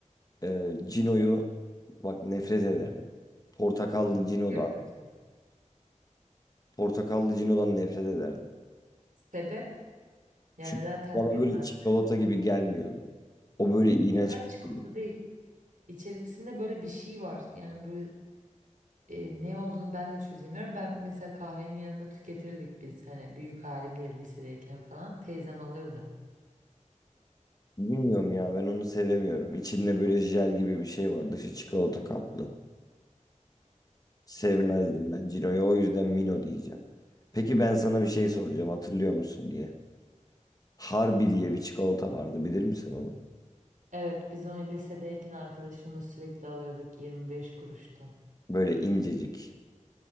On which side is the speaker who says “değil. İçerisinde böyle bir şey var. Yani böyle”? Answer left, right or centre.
Right